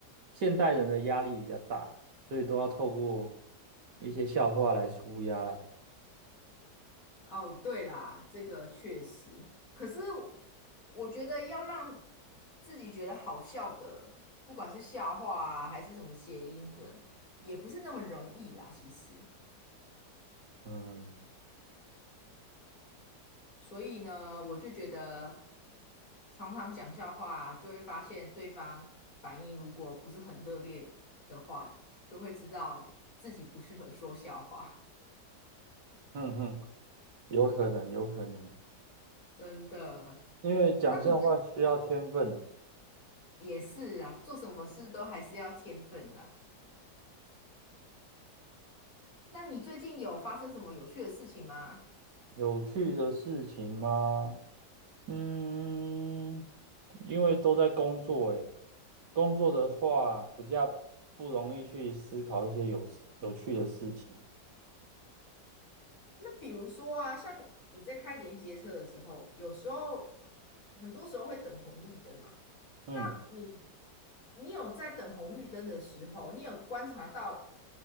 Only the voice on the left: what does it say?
哦，对啦，这个确实。可是我觉得要让自己觉得好笑的，不管是笑话啊，还是什么谐音梗，也不是那么容易啦，其实。
所以呢，我就觉得常常讲笑话，就会发现对方反应如果不是很热烈的话，就会知道自己不适合说笑话，
真的。
那你这也是啊，做什么事都还是要天分啦。那你最近有发生什么有趣的事情吗？
那比如说啊，像你在开连接车的时候，有时候很多时候会等红绿灯嘛。
那你你有在等红绿灯的时候，你有观察到